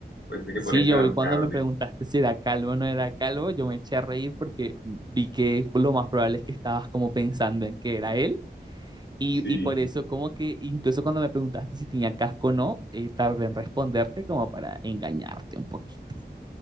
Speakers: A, on the left; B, on the right.
A: Pensé que
B: Sí,
A: podría ser
B: yo
A: alcalde.
B: vi cuando me preguntaste si era calvo o no era calvo, yo me eché a reír porque vi que lo más probable es que estabas como pensando en que era él. Y,
A: Sí,
B: y por eso como que incluso cuando me preguntaste si tenía casco o no, eh, tardé en responderte como para engañarte un poquito.